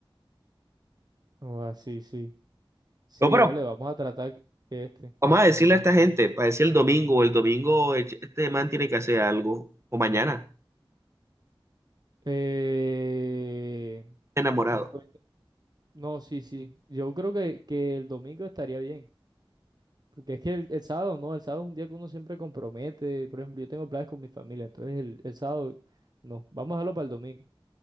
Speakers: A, on the right (about 45°); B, on the right (about 30°).
A: O así, sí. Sí, Sí,
B: No, pero
A: dale, vamos a tratar que este.
B: vamos a decirle a esta gente, para decir el domingo, el domingo el ch- este man tiene que hacer algo. O mañana,
A: Eh,
B: enamorado.
A: pues, no, sí, sí. Yo creo que, que el domingo estaría bien. Porque es que el, el sábado no, el sábado es un día que uno siempre compromete. Por ejemplo, yo tengo planes con mi familia, entonces el, el sábado no. Vamos a dejarlo para el domingo.